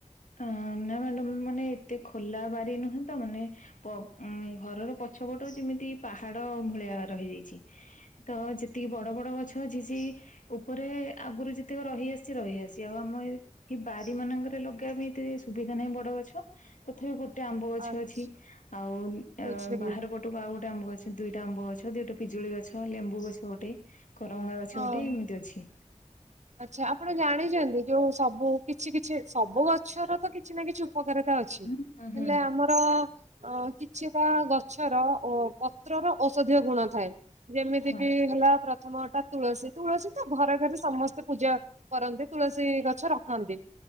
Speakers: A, on the left; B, on the right.
A: ଅ ନା ମ୍ୟାଡାମ ମାନେ ଏତେ ଖୋଲା ବାରି ନୁହେଁ ତ ମାନେ ଉ ଘରର ପଛପଟ ଯେମିତି ପାହାଡ ଭଳିଆ ରହିଯାଇଛି। ତ ଯେତିକି ବଡ ବଡ ଗଛ ଅଛି ସେ ଉପରେ ଆଗରୁ ଯେତେକ ରହିଆସି ରହିଆସି ଆଉ ଆମ ଏଠ ବାରି ମାନଙ୍କ <unintelligible> ପାଇଁ ଏତେ ସୁବିଧା ନାହିଁ ବଡ ଗଛ। ତଥାପି ଗୋଟେ ଆମ୍ବ ଗଛ
B: ଆଛା
A: ଅଛି ଆଉ ଅ
B: ବୁଝିଲି
A: ବାହାର ପଟେ କୁ ଆଉ ଗୋଟେ ଆମ୍ବ ଗଛ ଦୁଟାଆମ୍ବ ଗଛ ଦିଇଟା ପିଜୁଳି ଗଛ ଲେମ୍ବୁ ଗଛ ଗୋଟେ କରରମଙ୍ଗା ଗଛ
B: ହଁ।
A: ଗୋଟେ ଏମିତି ଅଛି।
B: ଆଚ୍ଛା ଆପଣ ଜାଣିଛନ୍ତି ଯୋଉ ସବୁ କିଛି କିଛି ସବୁ ଗଛର ତ କିଛି ନା କିଛି ଉପକାରିତା ଅଛି
A: ହୁଁ ହୁଁ
B: ହେଲେ
A: ହୁଁ
B: ଆମର ଅ କିଛିଟା ଗଛର ଓ ପତ୍ରର ଔଷଧୀୟ ଗୁଣ ଥାଏ ଯେମିତିକି
A: ହଁ
B: ହେଲା ପ୍ରଥମ ଗଟା ତୁଳସୀ ତୁଳସୀ ତ ଘରେ ଘରେ ସମସ୍ତେ ପୂଜା କରନ୍ତି ତୁଳସୀ ଗଛ ରଖନ୍ତି।